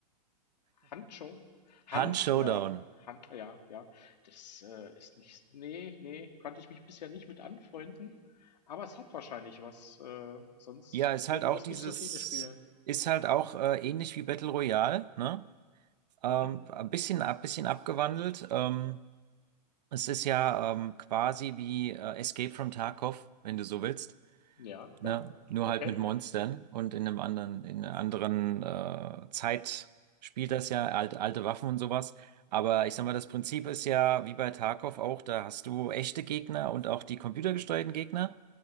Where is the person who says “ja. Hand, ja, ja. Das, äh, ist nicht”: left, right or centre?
Left